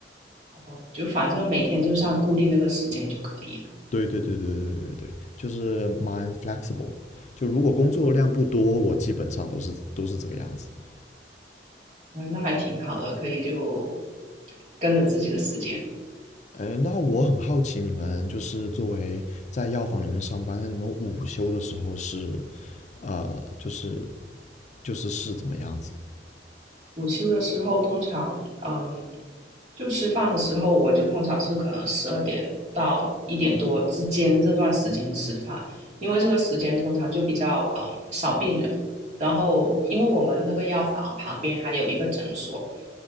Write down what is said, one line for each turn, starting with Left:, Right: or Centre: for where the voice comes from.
Right: 哦，就反正每天就是按固定那个时间就可以了。
Left: 对对对对对对对，就是蛮 flexible 的。就如果工作量不多，我基本上都是都是这个样子。
Right: 哎，那还挺好的，可以就跟着自己的时间。
Left: 哎，那我很好奇，你们就是作为在药房里面上班，那你们午休的时候是，呃，就是就是是怎么样子的？
Right: 午休的时候，通常，嗯，就吃饭的时候，我就通常是可能十二点到一点多之间这段时间吃饭，因为这个时间通常就比较嗯少病人，然后因为我们那个药房旁边还有一个诊所，